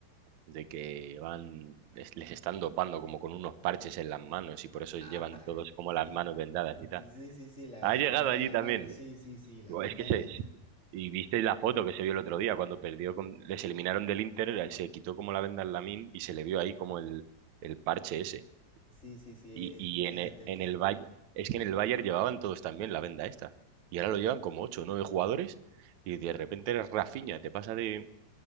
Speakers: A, on the right; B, on the left.
A: de que van, les les están dopando como con unos parches en las manos y por eso llevan
B: Ah,
A: todos como
B: sí.
A: las manos vendadas y tal.
B: Sí, sí, sí, la de
A: Ha
B: las
A: llegado
B: vendas
A: allí
B: de la
A: también.
B: mano, sí, sí, sí, las
A: Digo,
B: bandas
A: Es que se...
B: de la...
A: se- Y viste la foto que se vio el otro día cuando perdió con... Les eliminaron del Inter, eh, se quitó como la venda al Lamine y se le vio ahí como el, el parche ese.
B: Sí, sí, sí, he
A: Y, y
B: escuchado
A: en, e-
B: esa teoría.
A: en el Bayern... Es que en el Bayern llevaban todos también la venda esta. Y ahora lo llevan como ocho o 9 jugadores y de repente eres Rafinha. Te pasa de,